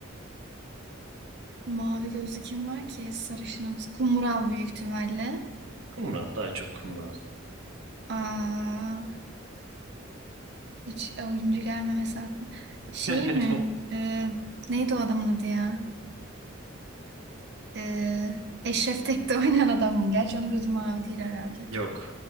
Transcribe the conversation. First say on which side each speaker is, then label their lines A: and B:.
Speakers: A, on the right; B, on the right.
A: Mavi gözlü kim var ki? Sarışınımız. Kumral büyük ihtimalle.
B: Kumral daha çok kumral.
A: Aa, hiç oyuncu gelmemesi aklıma. Şey
B: <laughs>
A: mi? Ee, neydi o adamın adı ya? Ee, Eşref Tek'te <laughs> oynayan adam mı? Gerçi onun gözü mavi değil herhalde.
B: Yok.